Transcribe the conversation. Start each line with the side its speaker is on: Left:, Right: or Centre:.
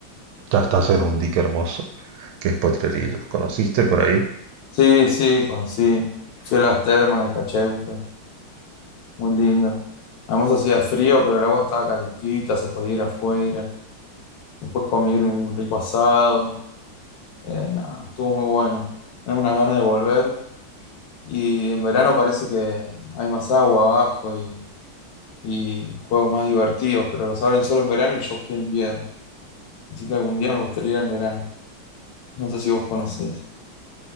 Right: ya estás en un dique hermoso, que es Potrerillos. ¿Conociste por ahí?
Left: Sí, sí, conocí. Fui a las termas de Cacheuta, muy lindo. Además hacía frío, pero el agua estaba calentita, se podía ir afuera. Después comí un rico asado. Eh, nada, estuvo muy bueno. Tengo unas ganas de volver, Y en verano parece que hay más agua abajo y, y juegos más divertidos, pero los abren solo en verano y yo fui en invierno. Así que algún día me gustaría ir en verano. No sé si vos conocés.